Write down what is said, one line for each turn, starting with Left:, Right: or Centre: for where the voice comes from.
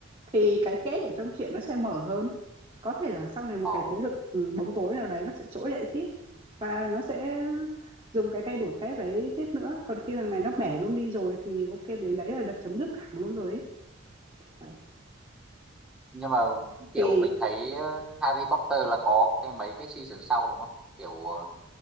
Right: thì cái kết ở trong truyện nó sẽ mở hơn có thể là sau này một
Centre: ờ
Right: cái thế lực ừ, bóng tối nào đấy nó sẽ trỗi dậy tiếp và nó sẽ dùng cái cây đũa phép đấy tiếp nữa còn khi thằng này nó bẻ luôn đi rồi thì ok đến đấy là đặt chấm dứt thẳng luôn rồi ấy. Vậy.
Centre: nhưng mà kiểu
Right: thì
Centre: mình thấy ờ, Harry Potter là có cái mấy cái season sau đúng không kiểu ờ,